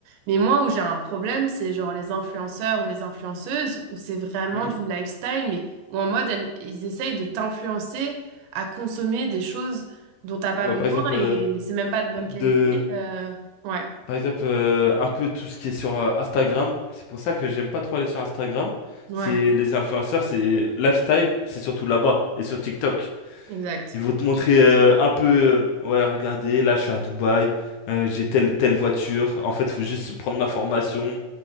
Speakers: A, on the right (about 85°); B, on the left (about 70°).
A: Mais moi, où j'ai un problème, c'est genre les influenceurs ou les influenceuses, où c'est vraiment
B: mhm.
A: du lifestyle, mais où en mode, elles- ils essayent de t'influencer à consommer des choses dont t'as pas
B: Euh,
A: besoin
B: par exemple, euh,
A: et c'est même pas de bonne
B: de,
A: qualité. euh, Ouais,
B: par exemple euh, un peu tout ce qui est sur euh, Instagram. C'est pour ça que j'aime pas trop aller sur Instagram.
A: ouais,
B: C'est les influenceurs, c'est lifestyle, c'est surtout là-bas et sur TikTok.
A: exact.
B: Ils vont te montrer euh, un peu, euh, ouais, regardez, là je suis à Dubaï, euh, j'ai telle telle voiture. En fait, faut juste prendre ma formation.